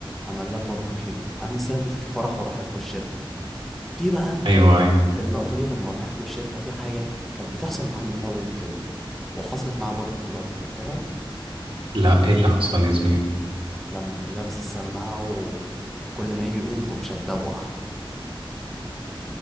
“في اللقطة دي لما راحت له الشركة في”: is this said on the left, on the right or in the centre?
Centre